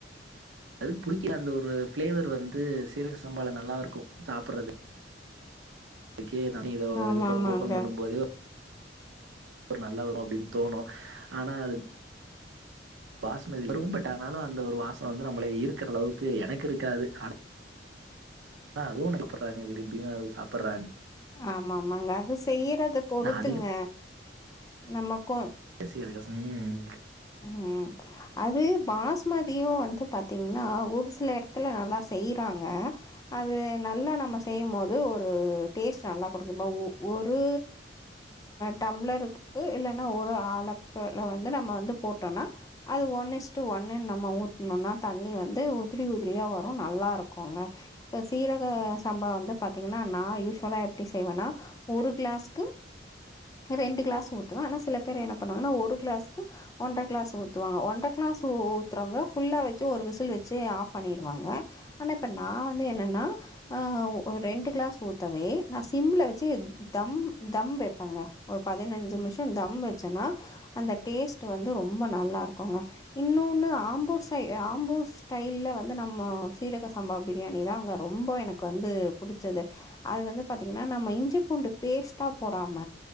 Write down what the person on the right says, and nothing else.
அதுக்கு பிடிக்க அந்த ஒரு பஃளேவர் வந்து சீரக சம்பாளை நல்லா இருக்கும் சாப்பிடுறது இது நா <unintelligible>
பண்ண ஓபன் பண்ணும் போது ஒரு நல்ல வரும் அப்படின்னு தோணும் ஆனா அது <unintelligible> பட்ஆனாலும் அந்த ஒரு வாசம் வந்து நம்மள இருக்கிற அளவுக்கு எனக்கு இருக்காது ஆனா ஆன அதுவும் சாப்புடுறாங்க விரும்பியும் அது சாப்பிடுறாங்க
நான்
பேசி <unintelligible> இருக்க உம்